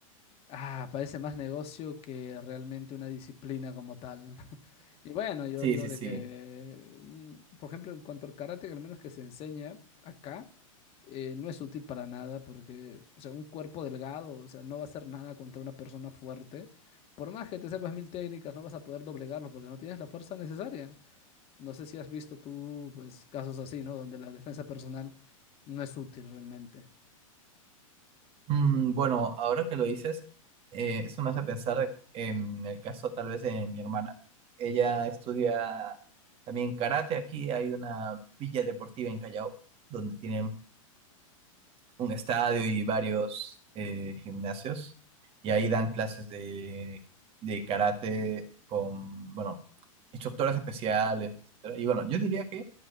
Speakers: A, on the left; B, on the right.
A: Ah, parece más negocio que realmente una disciplina como tal. <laughs> Y bueno, yo
B: Sí,
A: digo
B: sí,
A: de
B: sí.
A: que, mm, por ejemplo, en cuanto al karate, al menos que se enseña acá, eh, no es útil para nada porque, o sea, un cuerpo delgado, o sea, no va a hacer nada contra una persona fuerte. Por más que te sepas mil técnicas, no vas a poder doblegarlo porque no tienes la fuerza necesaria. No sé si has visto tú, pues, casos así, ¿no? Donde la defensa personal no es útil realmente.
B: Mm, bueno, ahora que lo dices, eh, eso me hace pensar en el caso tal vez de mi hermana. Ella estudia también karate. Aquí hay una villa deportiva en Callao, donde tienen un estadio y varios eh, gimnasios. Y ahí dan clases de, de karate con, bueno, instructores especiales. etcétera. Y bueno, yo diría que